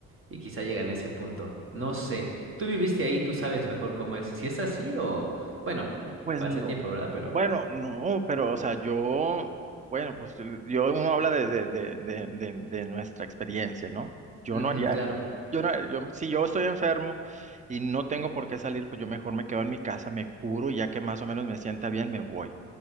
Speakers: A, on the right; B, on the right.
A: y quizá llegan a ese punto. No sé. Tú viviste ahí, tú sabes mejor cómo es. Si es así o bueno,
B: Pues
A: fue
B: no,
A: hace tiempo, ¿verdad? Pero
B: bueno, no, pero o sea, yo, bueno, pues yo, yo- uno habla de, de, de, de, de, de nuestra experiencia, ¿no? Yo
A: ujú,
B: no haría,
A: claro.
B: yo no, haría- yo, si yo estoy enfermo y no tengo por qué salir, pues yo mejor me quedo en mi casa, me curo, y ya que más o menos me sienta bien, me voy.